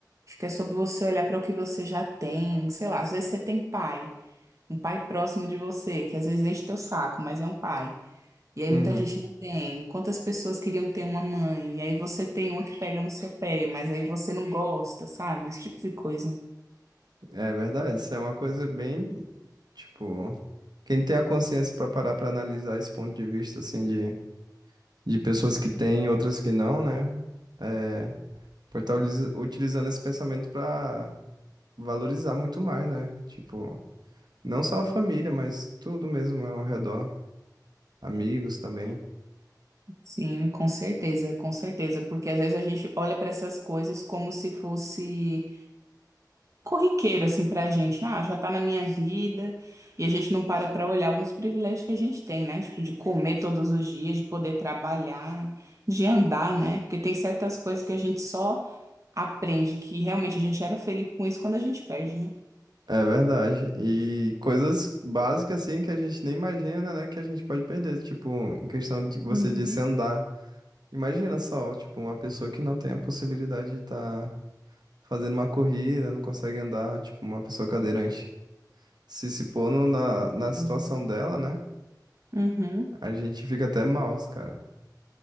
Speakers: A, on the right (about 45°); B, on the right (about 75°).
A: Acho que é sobre você olhar para o que você já tem, sei lá, às vezes você tem pai, um pai próximo de você, que às vezes enche teu saco, mas é um pai. E aí
B: Uhum.
A: muita gente não tem. Quantas pessoas queriam ter uma mãe? E aí você tem uma que pega no seu pé, mas aí você não gosta, sabe? Esse tipo de coisa.
B: É verdade, isso é uma coisa bem, tipo, quem tem a consciência para parar para analisar esse ponto de vista, assim, de, de pessoas que têm, outras que não, né? É, pode estar utilizando esse pensamento para valorizar muito mais, né? Tipo, não só a família, mas tudo mesmo ao redor, amigos também.
A: Sim, com certeza, com certeza, porque às vezes a gente olha para essas coisas como se fosse corriqueiro assim pra gente, né, ah, já tá na minha vida, e a gente não para pra olhar alguns privilégios que a gente tem, né? Tipo de comer todos os dias, de poder trabalhar, de andar, né? Porque tem certas coisas que a gente só aprende que realmente a gente era feliz com isso quando a gente perde, né?
B: É verdade. E coisas básicas assim que a gente nem imagina, né, que a gente pode perder, tipo, em questão de você
A: Uhum.
B: disse andar. Imagina só, tipo, uma pessoa que não tem a possibilidade de estar fazendo uma corrida, não consegue andar, tipo, uma pessoa cadeirante. Se se pôr no- na, na situação
A: Hum.
B: dela, né,
A: Uhum,
B: a gente fica até mal, cara.